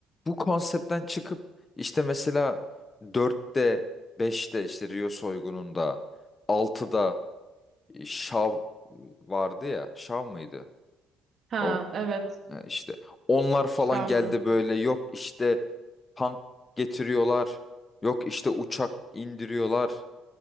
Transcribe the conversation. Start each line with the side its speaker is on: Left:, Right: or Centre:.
Left: bu konseptten çıkıp işte mesela dörtte beşte işte Rio soygununda altıda Şav vardı ya. Şav mıydı?
Right: Ha,
Left: O
Right: evet.
Left: e, işte onlar falan
Right: Şavdı.
Left: geldi böyle yok işte tank getiriyorlar. Yok işte uçak indiriyorlar.